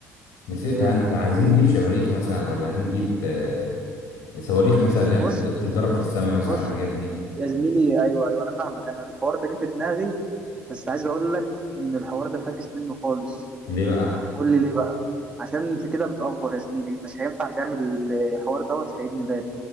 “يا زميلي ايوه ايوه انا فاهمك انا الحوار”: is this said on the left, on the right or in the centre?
Right